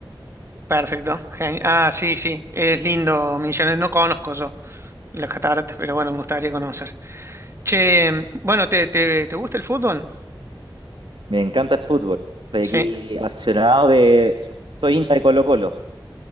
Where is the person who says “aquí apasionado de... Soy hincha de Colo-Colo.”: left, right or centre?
Right